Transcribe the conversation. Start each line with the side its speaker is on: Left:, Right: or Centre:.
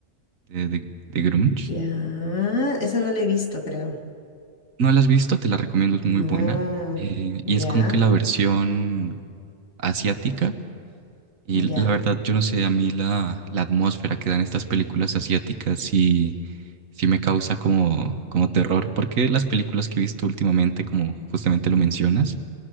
Right: de, de, de Grunge.
Left: Ya, esa no la he visto, creo.
Right: No la has visto, te la recomiendo, es
Left: No,
Right: muy buena. Eh,
Left: ya,
Right: y es como que la versión asiática. Y
Left: ya.
Right: la verdad, yo no sé, a mí la, la atmósfera que dan estas películas asiáticas sí, sí me causa como, como terror, porque las películas que he visto últimamente, como justamente lo mencionas,